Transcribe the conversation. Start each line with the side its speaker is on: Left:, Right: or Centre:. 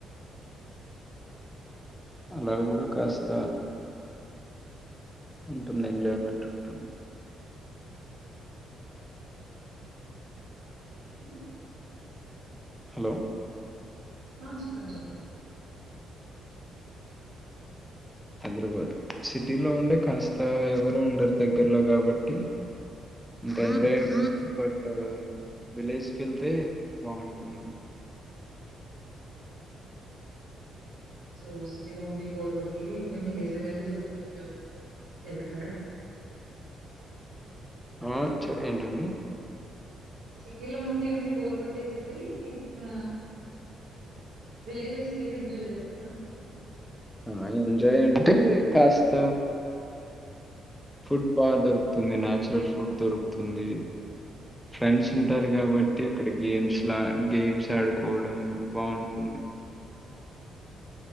Centre: అలా కూడా కాస్త ఉంటుంది ఎంజాయ్మెంట్ ఉంటుంది
Right: ఉ
Centre: హలో
Right: ఆ చెప్ప కొంచెం పని వుంది
Centre: హైదరాబాద్ సిటీలో ఉంటే కాస్త ఎవరు ఉండరు దగ్గర్లో కాబట్టి బంజేయండి
Right: ఉమ్,
Centre: బట్ విలేజ్ కి వెళ్తే బాగుంటుంది
Right: సో సిటీ లోన్ వి బోర్ కొట్టి ఇంకా విలేజ్ వెళ్లి కొంచం ఎంజాయ్ చేస్తారా
Centre: ఆ చెప్పు ఏంటండి
Right: సిటీలో ఉండి ఉండి బోర్ కొట్టేసేసి ఆ విలేజెస్ కి వెళ్ళి ఎంజాయ్ చేస్తారా
Centre: ఆ ఎంజాయ్ అంటే కాస్త ఫుడ్ బాగా దొరుకుతుంది నాచురల్ ఫుడ్ దొరుకుతుంది ఫ్రెండ్స్ ఉంటారు. కాబట్టి అక్కడ గేమ్స్ లా గేమ్స్ ఆడుకోవడం బాగుంటుంది